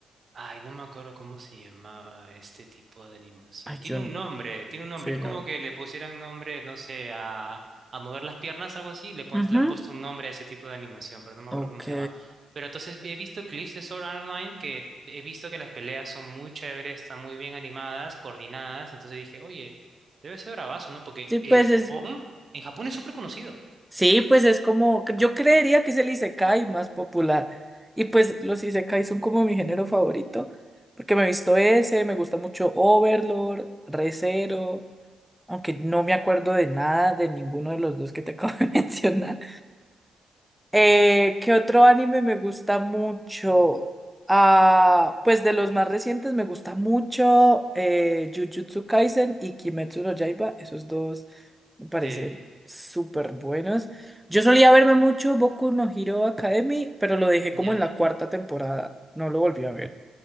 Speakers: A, on the right (about 50°); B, in the centre.
A: Ay, no me acuerdo cómo se llamaba este tipo de animación.
B: Ay,
A: Tiene
B: yo no,
A: un nombre, tiene un nombre.
B: sí,
A: Es como
B: no.
A: que le pusieran nombre, no sé, a, a mover las piernas, algo así. Le, pon-
B: Ujú,
A: le han puesto un nombre a ese tipo de animación, pero no me acuerdo
B: Ok.
A: cómo se llama. Pero entonces he visto clips de Sword Art Online que he visto que las peleas son muy chéveres, están muy bien animadas, coordinadas. Entonces dije, oye, debe ser bravazo, ¿no? Porque
B: Sí, pues
A: en Japón,
B: es,
A: en Japón es súper conocido.
B: sí, pues es como, yo creería que es el isekai más popular. Y pues
A: Sí.
B: los isekai son como mi género favorito, porque me he visto ese, me gusta mucho Overlord, Re:Zero, aunque no me acuerdo de nada de ninguno de los dos que te acabo de <laughs> mencionar. Eh, ¿qué otro anime me gusta mucho? Ah, pues de los más recientes me gusta mucho eh, Jujutsu Kaisen y Kimetsu no Yaiba. Esos dos me parecen
A: Sí,
B: súper buenos. Yo solía verme mucho Boku no Hero Academy, pero lo dejé
A: ya.
B: como en la cuarta temporada. No lo volví a ver.